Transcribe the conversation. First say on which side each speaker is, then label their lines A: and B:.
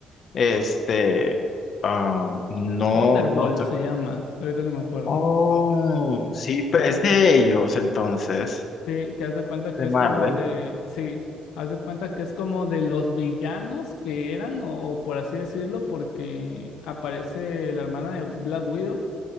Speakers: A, on the left; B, on the left.
A: este, ah, no,
B: Thunderbolt
A: no sé.
B: se llama, ahorita que me acuerdo.
A: Oh, sí, pe-
B: Que hace-
A: es de ellos entonces,
B: Sí, que haz de cuenta
A: de
B: que
A: Marvel.
B: es como de, sí, haz de cuenta que es como de los villanos que eran, o, o por así decirlo, porque aparece la hermana de Black Widow,